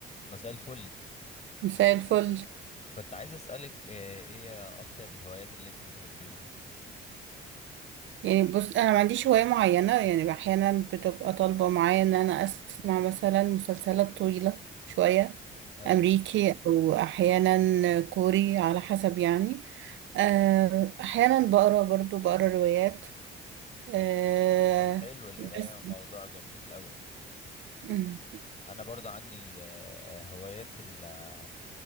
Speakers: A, on the left; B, on the right.
A: مساء الفل
B: مساء الفل
A: كنت عايز أسألك آه، ايه اكتر الهوايات اللي انت بتحبيها
B: يعني بص انا ما عنديش هواية معينة يعني احيانا بتبقى طالبة معايا ان انا اسمع مثلا مسلسلات طويلة شوية
A: ايوه
B: امريكي او احيانا كوري على حسب يعني آه، احيانا بقرا برضو بقرا روايات آه،
A: طب حلو القراية
B: بس
A: موضوع جميل قوي
B: مم.
A: انا برضه عندي آه، آه، هوايات ال آه،